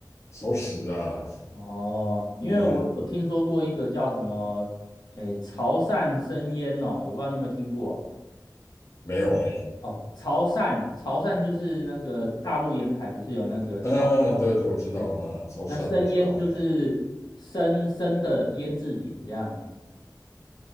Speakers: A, on the left (about 40°); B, on the left (about 75°).
A: <laughs> 熟食啊，
B: 哦，因为我有听说过一个叫什么，
A: 嗯，
B: 诶，潮汕生腌哦，我不知道你有没有听过
A: 没有诶，
B: 哦。潮汕，潮汕就是那个大陆沿海不是有那个潮州？
A: 嗯，对对，我知道，
B: 诶，
A: 嗯，潮汕我知道，
B: 那生腌就是生生的腌制品这样。
A: 哎，